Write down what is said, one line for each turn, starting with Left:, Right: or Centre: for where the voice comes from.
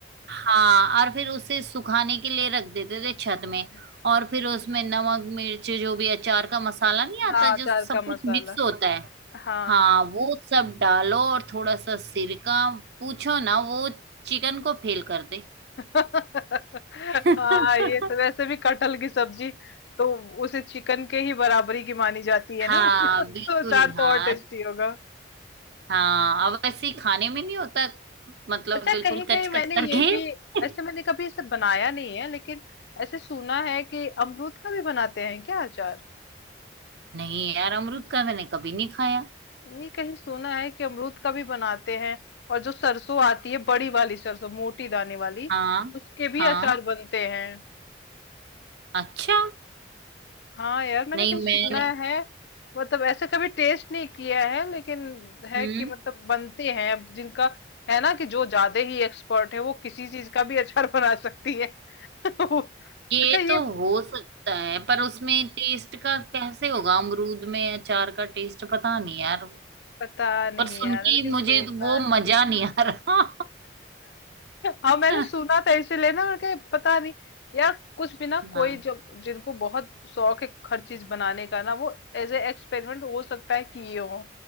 Right: हाँ और फिर उसे सुखाने के लिए रख देते थे छत में
Left: हुँ।
Right: और फिर उसमें नमक मिर्च जो भी अचार का मसाला नहीं आता
Left: हाँ, अचार
Right: जो सब
Left: का मसाला।
Right: कुछ मिक्स होता है
Left: हाँ,
Right: हाँ
Left: हाँ।
Right: वो सब डालो और थोड़ा सा सिरका पूछो ना वो चिकन को फेल कर दे
Left: <laughs> हाँ,
Right: <laughs>
Left: ये तो वैसे भी कटहल की सब्जी तो उसे चिकन के ही बराबरी की मानी जाती है
Right: हाँ
Left: ना? <laughs> तो
Right: बिल्कुल
Left: अचार तो
Right: हाँ
Left: और टेस्टी होगा।
Right: हाँ अब वैसे ही खाने में नहीं होता मतलब
Left: अच्छा
Right: बिल्कुल
Left: कहीं-कहीं
Right: कच
Left: मैंने
Right: कच करके
Left: ये भी
Right: <laughs>
Left: ऐसे मैंने कभी इसे बनाया नहीं है लेकिन ऐसे सुना है कि अमरूद का भी बनाते हैं क्या अचार?
Right: नहीं यार अमरूद का मैंने कभी नहीं खाया
Left: नहीं कहीं सुना है कि अमरूद का भी बनाते हैं और जो सरसों आती है बड़ी वाली सरसों मोटी दाने वाली
Right: हाँ
Left: उसके भी
Right: हाँ
Left: अचार बनते हैं
Right: अच्छा
Left: हाँ यार मैंने
Right: नहीं
Left: कहीं सुना
Right: मैंने
Left: है मतलब ऐसे कभी टेस्ट नहीं किया है लेकिन है
Right: हम्म
Left: कि मतलब बनते हैं अब जिनका है ना कि जो ज्यादा ही एक्सपर्ट है वो किसी चीज का भी अचार <laughs> बना सकती है <laughs> अच्छा
Right: ये
Left: ये
Right: तो
Left: हाँ,
Right: हो सकता है पर उसमें टेस्ट का कैसे होगा अमरूद में अचार का टेस्ट पता नहीं यार
Left: पता नहीं
Right: पर सुन
Left: यार
Right: के
Left: लेकिन सुना
Right: मुझे वो मजा
Left: है
Right: नहीं आ रहा
Left: हाँ मैंने
Right: <laughs>
Left: सुना था इसीलिए ना मैंने कहा पता नहीं यार कुछ भी ना कोई
Right: हाँ
Left: जो जिनको बहुत शौक है हर चीज बनाने का ना वो एज ए एक्सपेरिमेंट हो सकता है कि ये हो